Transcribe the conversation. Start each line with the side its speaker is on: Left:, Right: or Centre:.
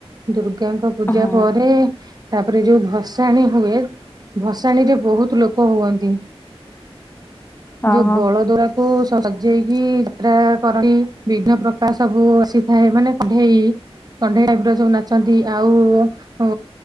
Right: ଦୁର୍ଗାଙ୍କ ପୂଜା
Left: ହଁ
Right: ପରେ ତାପରେ ଯୋଉ ଭସାଣି ହୁଏ ଭସାଣି ରେ ବହୁତ ଲୋକ ହୁଅନ୍ତି।
Left: ହଁ
Right: ଯଉ
Left: ହଁ।
Right: ବଳଦୁରା। କୁ ସଜେଇକି ଯାତ୍ରା କରନ୍ତି ବିଘ୍ନ ପ୍ରକାସବୁ ଆସିଥାଏ ମାନେ କଢେଇ କଣ୍ଢେଇ ଟାଇପ ର ଯୋଉ ନାଚନ୍ତି ଆଉ ଉ